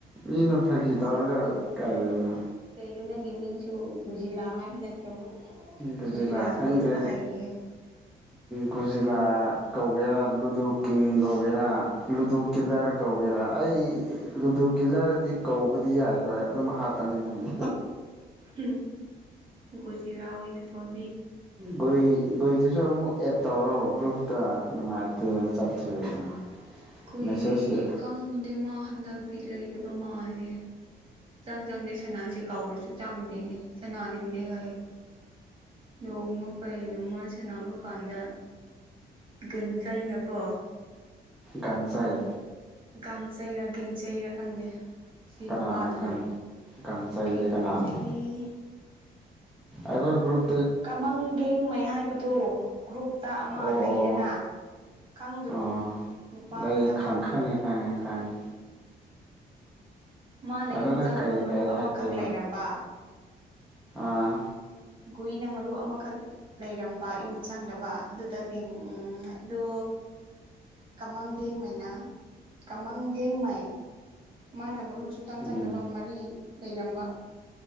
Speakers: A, in the centre; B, on the right.
A: ꯃꯤꯅ ꯐꯥꯒꯤ
B: ꯅꯁꯛꯇꯨꯕ
A: ꯇꯧꯔꯒ ꯀꯔꯤꯅꯣ
B: ꯀꯩꯅꯣ ꯅꯪꯒꯤ ꯃꯤꯡ ꯁꯨ ꯒꯨꯖꯤꯂꯥ ꯍꯥꯏꯕ ꯅꯠꯇ꯭ꯔꯣ
A: ꯒꯣꯖꯤꯂꯥ
B: ꯒꯨꯖꯤꯔꯥꯁꯨ
A: ꯈꯪꯗꯦ
B: ꯂꯣꯛꯄ ꯍꯩꯌꯦ
A: ꯒꯣꯖꯤꯂꯥ ꯀꯧꯒꯦꯔꯥ ꯂꯨꯠ ꯂꯣꯗꯨ ꯀꯤꯡ ꯀꯧꯒꯦꯔꯥ ꯂꯨꯗꯨ ꯀꯤꯜꯂꯔ ꯀꯧꯒꯦꯔꯥ ꯑꯩ ꯂꯨꯗꯨ ꯀꯤꯜꯂꯔꯗꯤ ꯀꯧ ꯇꯧꯕꯗꯤ ꯌꯥꯔꯣꯏ ꯑꯗꯨꯝ ꯍꯥꯠꯄꯅꯤꯅ ꯑꯩꯗꯤ
B: ꯍꯝ ꯨꯒꯣꯖꯤꯂꯥ ꯑꯣꯏꯅ ꯊꯣꯟ
A: ꯒꯨꯏ ꯒꯨꯏꯗꯨꯁꯨ ꯑꯃꯨꯛ ꯑꯦꯠ ꯇꯧꯔꯣ ꯒ꯭ꯔꯨꯞꯇ ꯅꯨꯡꯉꯥꯏꯇꯦ ꯆꯠꯈꯤꯕꯗꯣ
B: ꯀꯨꯏ
A: ꯃꯦꯁꯦꯖꯁꯤ
B: ꯈꯪꯗꯦ ꯃꯥ ꯍꯟꯗꯛ ꯕꯤꯠ ꯂꯩꯇꯕ ꯃꯥꯜꯂꯦ ꯁꯨꯛꯆꯡ ꯆꯪꯗꯦ ꯁꯅꯥꯁꯦ ꯀꯧꯔꯁꯨ ꯆꯪꯗꯦꯅꯦ ꯁꯅꯥꯅꯤꯡꯗꯦ ꯍꯥꯏꯌꯦ ꯅꯣꯡꯃ ꯀꯩꯅꯣ ꯃꯥ ꯁꯥꯟꯅꯕ ꯀꯥꯟꯗ ꯒꯟꯀꯩꯅꯀꯣ
A: ꯒꯥꯡꯆꯥꯏ
B: ꯒꯥꯡꯖꯩꯔ ꯒꯦꯡꯖꯩꯔꯥ ꯈꯪꯗꯦ ꯁꯤ
A: ꯀꯅꯥꯅꯣ
B: ꯅꯨꯄꯥꯗꯨꯅ
A: ꯒꯥꯡ ꯒꯥꯡꯆꯩꯗꯤ
B: ꯒꯦꯡꯆꯩ
A: ꯀꯅꯥꯅꯣ ꯑꯈꯣꯏ ꯒꯔꯨ꯭ꯞ
B: ꯀꯃꯜ ꯒꯦꯡꯃꯩ ꯍꯥꯏꯕꯗꯨ ꯒ꯭ꯔꯨꯞ ꯍꯞꯇꯥ ꯑꯃ
A: ꯑꯣ ꯑꯣ
B: ꯂꯩꯗꯅ ꯈꯪꯗ꯭ꯔꯣ
A: ꯑꯥ
B: ꯅꯨꯄꯥ
A: ꯂꯩ
B: ꯃꯆꯥꯃ
A: ꯈꯪ ꯈꯪꯉꯦ ꯈꯪꯉꯦ ꯈꯪꯉꯦ
B: ꯃꯥꯅ
A: ꯑꯗꯨꯅ
B: ꯌꯨꯝ ꯆꯪꯅꯕ
A: ꯀꯩ
B: ꯃꯔꯨ
A: ꯀꯩ
B: ꯑꯃꯈꯛ
A: ꯍꯥꯏꯕ
B: ꯂꯩꯔꯝꯕ
A: ꯑꯥ
B: ꯒꯨꯏꯅ ꯃꯔꯨ ꯑꯃꯈꯛ ꯂꯩꯔꯝꯕ ꯌꯨꯝ ꯆꯪꯗꯕ ꯑꯗꯨꯗꯒꯤ ꯎꯝ ꯑꯗꯨ ꯀꯃꯥꯡꯒꯦꯡ ꯃꯩꯅꯥ ꯀꯃꯥꯡꯒꯦꯡ ꯃꯥꯏ ꯃꯥꯅ ꯒꯨ ꯁꯨꯛꯆꯪ
A: ꯎꯝ
B: ꯆꯪꯗꯕ ꯃꯔꯤ ꯂꯩꯔꯝꯕ